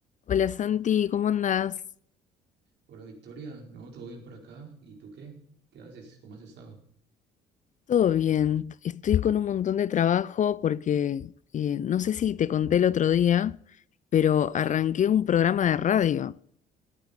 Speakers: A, on the left; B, on the right.
A: Hola Santi, ¿cómo andás?
B: Hola Victoria, no, todo bien por acá. ¿Y tú qué? ¿Qué haces? ¿Cómo has estado?
A: Todo bien, estoy con un montón de trabajo porque eh, no sé si te conté el otro día, pero arranqué un programa de radio.